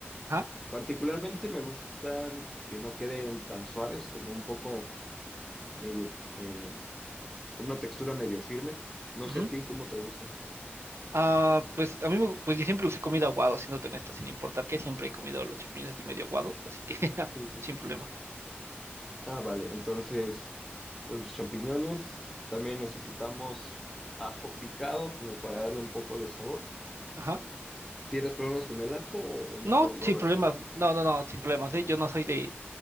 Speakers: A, on the right; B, in the centre.
A: Ajá.
B: Particularmente me gustan que no queden tan suaves, como un poco medio, eh, con una textura medio firme. No
A: ujú.
B: sé a ti cómo te gustan.
A: Ah, pues a mí me, pues yo siempre los he comido aguados, siéndote honesto, sin importar que siempre he comido los champiñones así medio aguados, así que <laughs> ja,
B: Sí, sí,
A: sin
B: sí.
A: problema.
B: Ah, vale. Entonces, pues los champiñones. También necesitamos ajo picado como para darle un poco de sabor.
A: Ajá.
B: ¿Tienes problemas con el ajo o o mejor
A: No,
B: lo
A: sin
B: retiro?
A: problemas. No, no, no, sin problemas, ¿eh? Yo no soy de